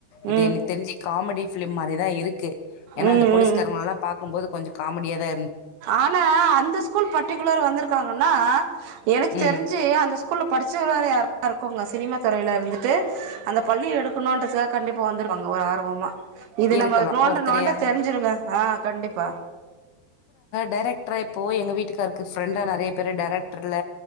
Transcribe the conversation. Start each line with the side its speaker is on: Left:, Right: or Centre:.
Left: இது
Right: ம்
Left: எனக்கு தெரிஞ்சு காமெடி ஃபிலிம் மாரிதா இருக்கு ஏன்னா
Right: ம் ம்
Left: அந்த போலீஸ்காரங்கலல்லா
Right: ம்
Left: பாக்கும்போது கொஞ்ச காமடியாதா
Right: ஆனா அந்த ஸ்கூல் பர்ட்டிகுலர் வந்திருக்காங்கன்னா எனக்கு
Left: ம்.
Right: தெரிஞ்சு அந்த ஸ்கூல்ல படிச்சவராக யாரா இருக்குங்க சினிமா துறைல இருந்துட்டு அந்த பள்ளி எடுக்கணுன்றதுக்கா கண்டிப்பா வந்துருவாங்க ஒரு ஆர்வமா இது
Left: இருக்கலாம்.
Right: நம்ம நோண்ட
Left: ஒருத்தர்
Right: நோண்ட
Left: யாரு?
Right: தெரிஞ்சுருங்க ஆ கண்டிப்பா
Left: டேரக்டரா இப்போ எங்க வீட்டுக்காருக்கு ஃப்ரெண்டா நிறைய பேர் டேரெக்டர்ல